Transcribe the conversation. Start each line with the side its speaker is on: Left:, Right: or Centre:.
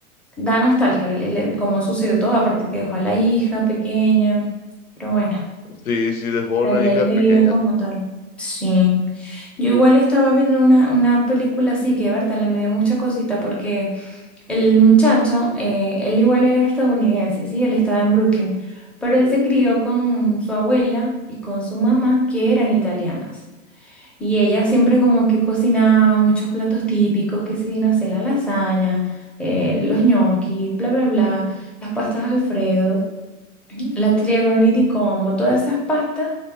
Centre: da nostalgia el- el- el cómo sucedió todo, aparte que dejó a la hija pequeña. Pero bueno,
Left: Sí, sí, dejó una
Centre: la ley
Left: hija
Centre: de
Left: pequeña.
Centre: vida como tal. Sí. Yo igual estaba viendo una, una película así que, Berta, le me dio mucha cosita porque El muchacho, eh, él igual era estadounidense, sí, él estaba en Brooklyn, pero él se crió con su abuela y con su mamá, que eran italianas. Y ella siempre como que cocinaba muchos platos típicos, que sí, no sé, la lasaña, eh, los gnocchi, bla, bla, bla, las pastas Alfredo, la triagroni di Como, todas esas pastas.